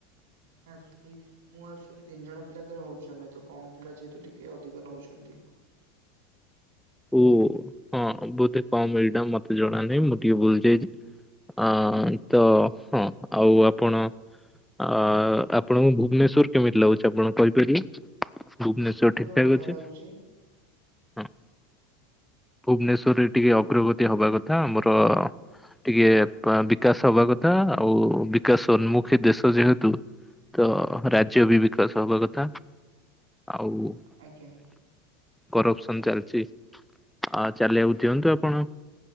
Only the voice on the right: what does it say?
ନାଇଁ ଆକ୍ଚ୍ୟୁଲି ମୁଁ ଆକ୍ଚ୍ୟୁଲି ତିନି ଜଣ ପିଲାକର ହଉଚୁ ଆମେ। ତ କମ ପିଲା ଯେହେତୁ ଟିକେ ଅଧିକ ନ ନଉଛନ୍ତି।
ବଢିଆ
ଲାଗୁଛି
ଆଜ୍ଞା।